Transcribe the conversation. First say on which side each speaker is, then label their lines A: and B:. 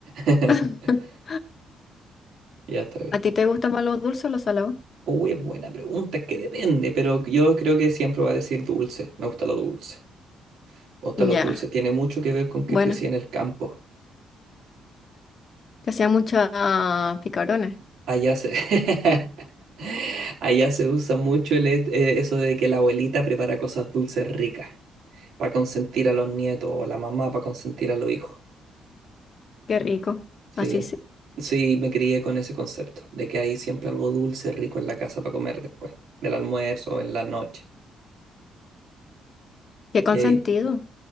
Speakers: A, on the right; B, on the left.
A: <laughs>
B: <laughs>
A: Ya está bien.
B: ¿A ti te gusta más lo dulce o lo salado?
A: Uy, es buena pregunta, es que depende, pero yo creo que siempre va a decir dulce. Me gusta lo dulce. Me gusta
B: Ya,
A: lo dulce. Tiene mucho que ver con que
B: bueno,
A: crecí en el campo.
B: te hacía muchos picarones.
A: Allá se, <laughs> allá se usa mucho el e- eh, eso de que la abuelita prepara cosas dulces ricas para consentir a los nietos o la mamá para consentir a los hijos.
B: Qué rico.
A: Sí,
B: Así
A: en-
B: sí.
A: sí, me crié con ese concepto, de que hay siempre algo dulce, rico en la casa para comer después, del almuerzo o en la noche.
B: Qué consentido.
A: Y ahí,